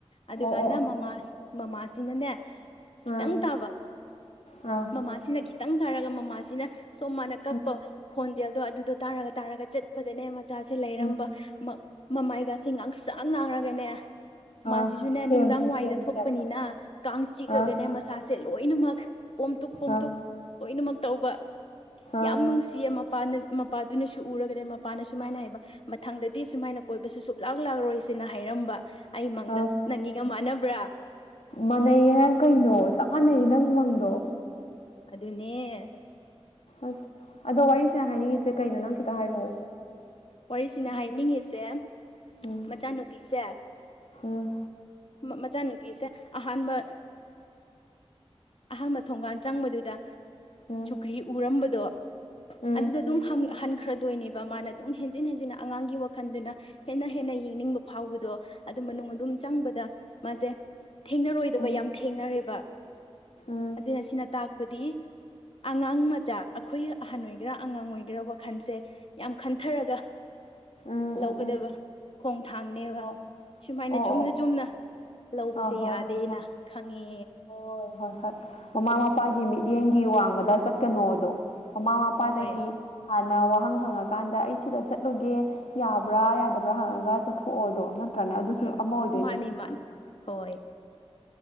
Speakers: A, on the left (about 60°); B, on the left (about 85°).
A: ꯑꯗꯨꯀꯥꯟꯗ
B: ꯑꯣ ꯑꯣ ꯑꯣ
A: ꯃꯃꯥ ꯃꯃꯥꯁꯤꯅꯅꯦ ꯈꯤꯇꯪ
B: ꯑꯥ
A: ꯇꯥꯕ
B: ꯑꯥ
A: ꯃꯃꯥꯁꯤꯅꯈꯤ ꯈꯤꯇꯪ ꯇꯥꯔꯒ ꯃꯃꯥꯁꯤꯅ ꯁꯣꯝ ꯃꯥꯅ ꯀꯞꯄ
B: ꯎꯝ
A: ꯈꯣꯟꯖꯦꯜꯗꯣ ꯑꯗꯨꯗꯣ ꯇꯥꯔꯒ ꯇꯥꯔꯒ ꯆꯠ ꯀꯄꯗꯅꯦ ꯃꯆꯥꯁꯦ ꯂꯩꯔꯝꯕ
B: ꯎꯝ
A: ꯃꯃꯥꯏꯒꯥꯁꯦ ꯉꯥꯡꯁꯥꯡ ꯉꯥꯡꯔꯒꯅꯦ
B: ꯑꯥ
A: ꯃꯥꯁꯤꯁꯨꯅꯦ
B: ꯁꯦꯝ
A: ꯅꯨꯡꯗꯥꯡ ꯋꯥꯏꯗ
B: ꯁꯦꯝꯒꯤ
A: ꯊꯣꯛꯄꯅꯤꯅ
B: ꯇꯥꯏꯞꯇ
A: ꯀꯥꯡ ꯆꯤꯛꯑꯒꯅꯦ
B: ꯑꯥ
A: ꯃꯁꯥ ꯁꯥꯥꯁꯦ ꯂꯣꯏꯅꯃꯛ ꯄꯣꯝꯇꯨꯛ ꯄꯣꯝꯇꯨꯛ
B: ꯑꯥ
A: ꯂꯣꯏꯅꯃꯛ ꯇꯧꯕ ꯌꯥꯝ
B: ꯑꯥ
A: ꯅꯨꯡꯁꯤꯌꯦ ꯃꯄꯥꯅ ꯃꯄꯥꯗꯨꯅꯁꯨ ꯎꯔꯒꯅꯦ ꯃꯄꯥꯅ ꯁꯨꯃꯥꯏꯅ ꯍꯥꯏꯕ ꯃꯊꯪꯗꯗꯤ ꯁꯨꯃꯥꯏꯅ ꯀꯣꯏꯕꯁꯨ ꯁꯨꯀꯂꯥꯛ ꯂꯥꯛꯔꯣꯏꯁꯤꯅ ꯍꯥꯏꯔꯝꯕ ꯑꯩ ꯃꯪꯗ
B: ꯑꯥ
A: ꯅꯪꯒꯤꯒ ꯃꯥꯟꯅꯕ꯭ꯔꯥ
B: ꯃꯥꯟꯅꯩꯌꯦ ꯅꯪ ꯀꯩꯅꯣ ꯆꯞ ꯃꯥꯟꯅꯩꯌꯦ ꯅꯪ ꯎꯃꯪꯗꯣ
A: ꯑꯗꯨꯅꯦ
B: ꯑꯁ ꯑꯗꯣ ꯋꯥꯔꯤꯁꯤꯅ ꯍꯥꯏꯅꯤꯡꯉꯤꯁꯦ ꯀꯩꯅꯣ ꯅꯪ ꯈꯤꯇ ꯍꯥꯏꯔꯛꯑꯣ
A: ꯋꯥꯔꯤꯁꯤꯅ ꯍꯥꯏꯅꯤꯡꯉꯤꯁꯦ
B: ꯎꯝ
A: ꯃꯆꯥꯅꯨꯄꯤꯁꯦ
B: ꯎꯝ
A: ꯃꯆꯥꯅꯨꯄꯤꯁꯦ ꯑꯍꯥꯟꯕ ꯑꯍꯥꯟꯕ ꯊꯣꯡꯒꯥꯟ ꯆꯪꯕꯗꯨꯗ
B: ꯎꯝ
A: ꯁꯨꯀ꯭ꯔꯤ ꯎꯔꯝꯕꯗꯣ
B: ꯎꯝ
A: ꯑꯗꯨꯗ ꯑꯗꯨꯝ ꯠꯈ꯭ꯔꯗꯣꯏꯅꯦꯕ ꯃꯥꯅ ꯑꯗꯨꯝ ꯍꯦꯟꯖꯤꯟ ꯍꯦꯟꯖꯤꯟ ꯑꯉꯥꯡꯒꯤ ꯋꯥꯈꯜꯗꯨꯅ ꯍꯦꯟꯅ ꯍꯦꯟꯅ ꯌꯦꯡꯅꯤꯡꯕ ꯐꯥꯎꯕꯗꯣ ꯑꯗꯨ ꯃꯅꯨꯡ ꯑꯗꯨꯝ ꯆꯪꯕꯗ ꯃꯥꯁꯦ ꯊꯦꯡꯅꯔꯣꯏꯗꯕ
B: ꯎꯝ
A: ꯌꯥꯝ ꯊꯦꯡꯅꯔꯦꯕ
B: ꯎꯝ ꯎꯝ
A: ꯑꯗꯨꯅ ꯁꯤꯅ ꯇꯥꯛꯄꯗꯤ ꯑꯉꯥꯡ ꯃꯆꯥ ꯑꯩꯈꯣꯏ ꯑꯍꯟ ꯑꯣꯏꯒꯦꯔꯥ ꯑꯉꯥꯡ ꯑꯣꯏꯒꯦꯔꯥ ꯋꯥꯈꯜꯁꯦ ꯌꯥꯝ ꯈꯟꯊꯔꯒ
B: ꯎꯝ ꯎꯝ
A: ꯂꯧꯒꯗꯕ
B: ꯎꯝ ꯎꯝ
A: ꯈꯣꯡ ꯊꯥꯡꯅꯦꯒ
B: ꯑꯣ
A: ꯁꯨꯃꯥꯏꯅ
B: ꯑꯣ
A: ꯆꯨꯝꯅ
B: ꯑꯣ
A: ꯆꯨꯝꯅ ꯂꯧꯕꯁꯦ
B: ꯑꯥ ꯍꯣꯏ
A: ꯌꯥꯗꯦꯅ
B: ꯍꯣꯏ ꯍꯣꯏ
A: ꯈꯪꯉꯦ
B: ꯍꯣꯏ ꯍꯣꯏ ꯍꯣꯏ ꯃꯃꯥ ꯃꯄꯥꯒꯤ ꯃꯤꯠꯌꯦꯡꯒꯤ ꯋꯥꯡꯃꯗ ꯆꯠꯀꯅꯣ ꯑꯗꯣ ꯃꯃꯥ ꯃꯄꯥꯗꯒꯤ
A: ꯍꯣꯏ
B: ꯍꯥꯟꯅ ꯋꯥꯍꯪ ꯍꯪꯉꯀꯥꯟꯗ ꯑꯩ ꯁꯤꯗ ꯆꯠꯂꯨꯒꯦ ꯌꯥꯕ꯭ꯔꯥ ꯌꯥꯗꯕ꯭ꯔꯥ ꯍꯪꯉꯒ ꯆꯠꯊꯣꯛꯑꯣꯗꯣ ꯅꯠꯇ꯭ꯔꯅꯦ ꯑꯗꯨꯁꯨ
A: ꯎꯝ
B: ꯑꯃ ꯑꯣꯏꯗꯣꯏꯅꯦ
A: ꯃꯥꯅꯦ ꯃꯥꯅꯦ ꯍꯣꯏ